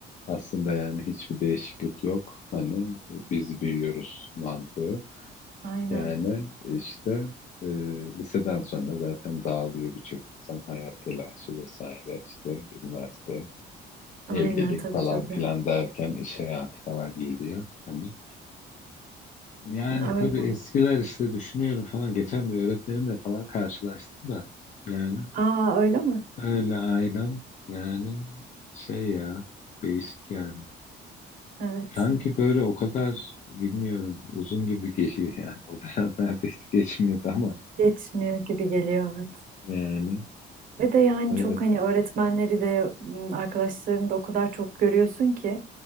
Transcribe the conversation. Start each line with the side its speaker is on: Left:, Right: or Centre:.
Left: Aslında yani hiçbir değişiklik yok. Hani biz büyüyoruz mantığı.
Right: Aynen,
Left: Yani işte e, liseden sonra zaten dağılıyor birçok insan. Hayat telaşı vesaire işte üniversite,
Right: aynen
Left: evlilik
Right: tabii
Left: falan
Right: tabii.
Left: filan derken iş hayatı falan geliyor. Hani yani
Right: Öyle.
Left: tabii eskiler işte düşünüyorum falan. Geçen bir öğretmenimle falan karşılaştım da. Yani
Right: Aa öyle mi?
Left: Öyle ailem yani şey ya değişik yani.
Right: Evet.
Left: Sanki böyle o kadar bilmiyorum uzun gibi geliyor yani. O dönem <laughs> neredeyse geçmiyordu ama
Right: Geçmiyor gibi geliyor evet.
Left: yani
Right: Ve de yani
Left: evet
Right: çok hani öğretmenleri de m, arkadaşlarını da o kadar çok görüyorsun ki